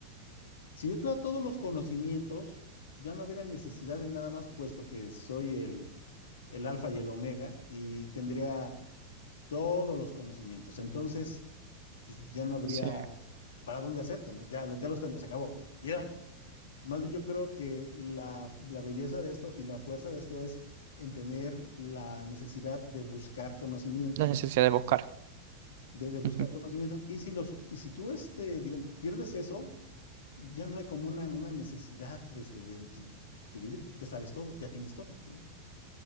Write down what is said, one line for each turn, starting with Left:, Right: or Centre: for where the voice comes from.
Left: Si yo tuviera todos los conocimientos, ya no hubiera necesidad de nada más, puesto que soy el, el alfa y el omega y tendría todos los conocimientos. Entonces, pues ya no habría
Right: Sí,
Left: para dónde hacerte, ¿no? Ya, lo- ya los tengo, se acabó. Y Ya. Más bien yo creo que la, la belleza de esto y la fuerza de esto es en tener la necesidad de buscar conocimiento
Right: la necesidad de buscar.
Left: de, de buscar
Right: Ujú.
Left: conocimientos. Y si los, y si tú este, digo, pierdes eso, ya no hay como una, una necesidad de, este- de- pues, de vivir, ya sabes todo, ya tienes todo, ¿no?